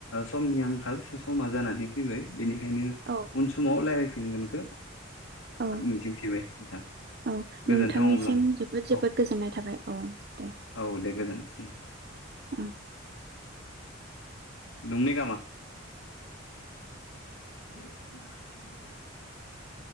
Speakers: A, on the left; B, on the right.
A: समनि आंखाल समा जानानै फैबाय बेनि ओंखायनो
B: औ
A: उन समाव रायज्लायफिनगोनखौ
B: औ
A: मिजिं थिबाय नोंथां।
B: औ
A: गोजोनथों
B: नोंथांनिसिम
A: अब्ला नोंथां।
B: जोबोद जोबोद
A: औ
B: गोजोननाय थाबाय औ। दे
A: औ दे गोजोनथों।
B: <inaudible>
A: <unintelligible> <unintelligible>